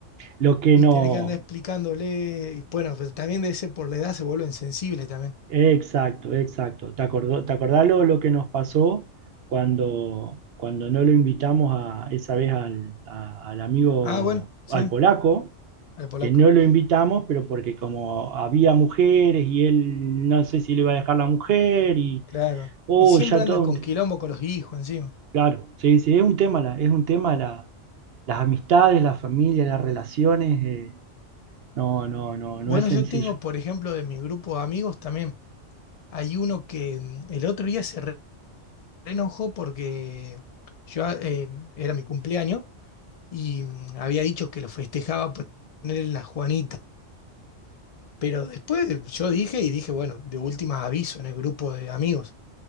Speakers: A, on the right; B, on the left.
A: Lo que
B: y
A: no,
B: tenés que andar explicándole. Y bueno, pero también de ese por la edad se vuelven sensibles también.
A: exacto, exacto. ¿Te acordó, te acordás lo, lo que nos pasó cuando, cuando no lo invitamos a, esa vez al, a- al amigo,
B: Ah, bueno, sí,
A: al polaco,
B: al polaco,
A: que no lo invitamos, pero porque como había mujeres y él no sé si le iba a dejar la mujer y,
B: claro.
A: oh,
B: Y siempre
A: ya
B: anda
A: todo un...
B: con
A: te-
B: quilombo con los hijos encima.
A: Claro, sí, sí, es un tema, la, es un tema la las amistades, la familia, las relaciones, eh, no, no, no,
B: Bueno,
A: no es sencillo.
B: yo tengo, por ejemplo, de mi grupo de amigos también. Hay uno que mm, el otro día se enojó porque yo eh, era mi cumpleaños y mm, había dicho que lo festejaba ponerle la Juanita. Pero después yo dije y dije, bueno, de última aviso en el grupo de amigos.